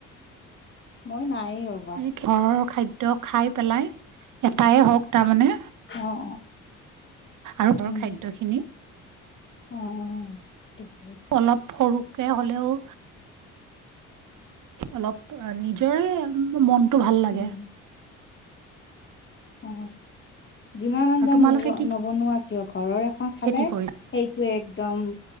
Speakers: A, on the left (about 35°); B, on the right (about 70°).
A: মই নাই অ',
B: এইকে ঘৰৰ খাদ্য খাই পেলাই এটাই হওক তাৰমানে
A: অ', অ',
B: আৰু বৰ
A: উম
B: খাদ্য খিনি
A: অ', <unintelligible> বহুত
B: অলপ সৰুকে হ'লেও অলপ নিজৰে মনটো ভাল লাগে।
A: উম অ, যিমান আঞ্জা
B: আৰু তোমালোকে
A: নব
B: কি
A: -নবনোৱা কিয় ঘৰৰ এখন খালে
B: খেতি কৰিছা?
A: সেই টো একদম